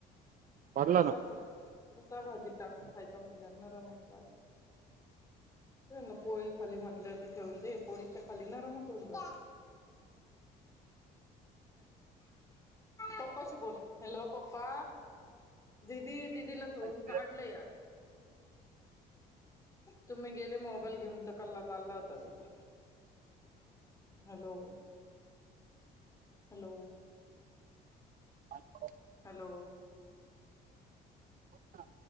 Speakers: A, on the right (about 55°); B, on the left (about 20°).
A: पडला
B: तसा मग तसा भाजीत टाकून खायचा म्हटल्या नरमच लागेल. ना पोळी खाली म्हटलं ते ठेवून दे पोळीच्या खाली नरमच होऊन जातो. पप्पाशी बोल हॅलो पप्पा दिदी दिदीला
A: ना
B: झोडून काढलंय आज. तुम्ही गेले मो. बाईल घेऊनच कल्ला चालंला होतां तिंचा हॅलो हॅलो
A: <unintelligible> <unintelligible>
B: हॅलो
A: हो कां